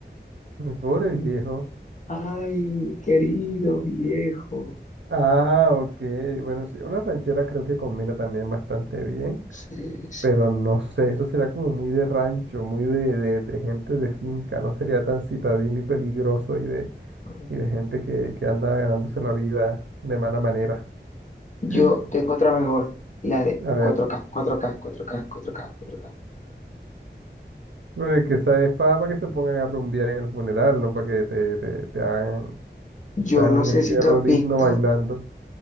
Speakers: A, on the right (about 80°); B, on the left (about 40°).
A: Pobre viejo.
B: Ay, mi querido viejo.
A: Ah, ok. Bueno, sí, una ranchera creo que combina también bastante bien,
B: Sí, sí.
A: pero no sé, eso sería como muy de rancho, muy de, de, de gente de finca, no sería tan citadino y peligroso y de,
B: Bueno,
A: y de gente que, que anda ganándose la vida de mala manera.
B: Yo
A: <laughs>
B: tengo otra mejor. La de
A: A ver.
B: 4K, 4K, 4K, 4K, 4K, 4K.
A: Bueno, que esa es para, que se pongan a rumbear en el funeral, no para que te, te, te hagan,
B: Yo
A: te hagan
B: no
A: un
B: sé
A: entierro
B: si tú has
A: digno
B: visto
A: bailando.